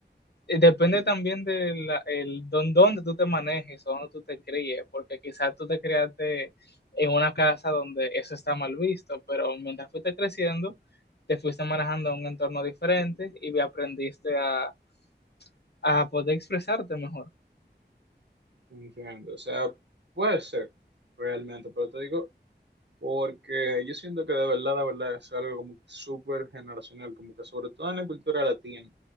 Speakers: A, on the left (about 65°); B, on the right (about 75°).
A: eh, depende también de la, el don, dónde tú te manejes o dónde tú te críes, porque quizás tú te criaste en una casa donde eso está mal visto, pero mientras fuiste creciendo, te fuiste manejando en un entorno diferente y aprendiste a, a poder expresarte mejor.
B: Entiendo. O sea, puede ser, realmente, pero te digo, porque yo siento que de verdad, de verdad, es algo como que súper generacional, como que sobre todo en la cultura latina.